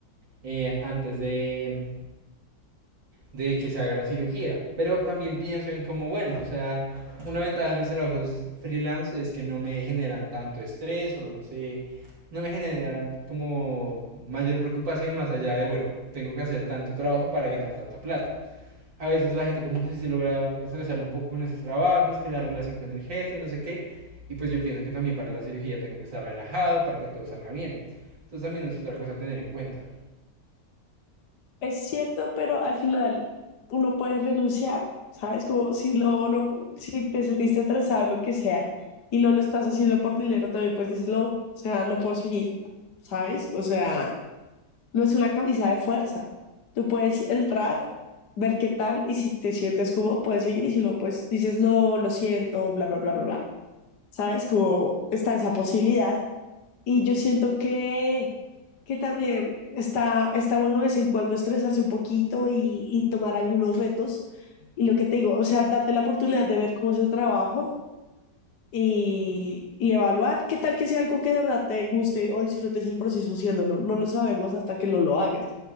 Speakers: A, on the right; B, on the left.
A: eh, antes de, de que se haga la cirugía. Pero también pienso en como, bueno, o sea, una ventaja de mis trabajos freelance es que no me generan tanto estrés o no sé, no me generan como mayor preocupación más allá de, bueno, tengo que hacer tanto trabajo para ganar tanta plata. A veces la gente como que se logra estresar un poco con esos trabajos, que la relación con el jefe, no sé qué. Y pues yo pienso que también para la cirugía tengo que estar relajado para que todo salga bien. Entonces también es otra cosa a tener en cuenta.
B: Es cierto, pero al final uno puede renunciar, ¿sabes? Como si lo, lo- si te sentiste estresado, lo que sea, y no lo estás haciendo por dinero, también pues dices, no, o sea, no puedo seguir, ¿sabes? O sea, no es una camisa de fuerza. Tú puedes entrar, ver qué tal, y si te sientes cómodo, puedes seguir, y si no, pues dices, no, lo siento, bla, bla, bla, bla, bla. ¿Sabes? Como está esa posibilidad. Y yo siento que, que también está, está bueno de vez en cuando estresarse un poquito y, y tomar algunos retos. Y lo que te digo, o sea, date la oportunidad de ver cómo es el trabajo y, y evaluar qué tal que sea algo que de verdad te guste o disfrutes el proceso haciéndolo. No lo sabemos hasta que no lo hagas.